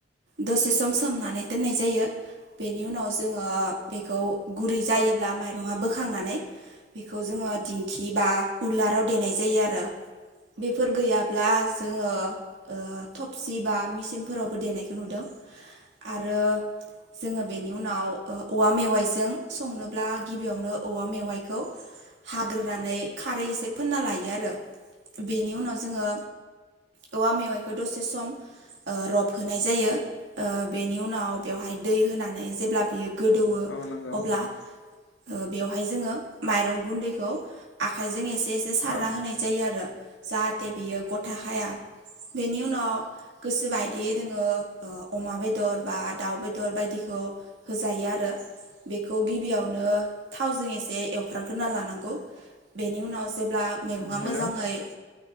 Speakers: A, on the right (about 85°); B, on the left (about 85°).
A: दसे सम सोमनानै दोननाय जायो। बेनि उनाव जोङो बेखौ गुरै जायोब्ला माइरङा बोखांनानै। बेखौ जोङो दिंखि बा उलाराव देनाय जायो आरो। बेफोर गैयाब्ला जोङो ओ थबसि बा मिसिनफोरावबो देनायखौ नुदों। आरो जोङो बेनि उनाव औवा मेवाइजों संनोब्ला गिबियावनो औवा मेवाइखौ। हाग्रोनानै खारै एसे फोनना लायो आरो बेनि उनाव जोङो औवा मेवाइखौ दसे सम ओ रब होनाय जायो ओ बेनि उनाव बेवहाय दै होनानै जेब्ला बियो गोदौवो
B: औ नंगौ
A: अब्ला ओ बेवहाय जोङो माइरं गुन्दैखौ आखाइजों एसे एसे सारना
B: औ
A: होनाय जायो आरो। जाहाथे बियो ग'थाखाया बेनि उनाव गोसोबायदि जोङो ओ अमा बेदर बा दाउ बेदर बायदिखौ होजायो आरो। बेखौ गिबियावनो थावजों एसे एवफ्रामग्रोना लानांगौ बेनि उनाव जेब्ला मैगङा
B: हेल'
A: मोजाङै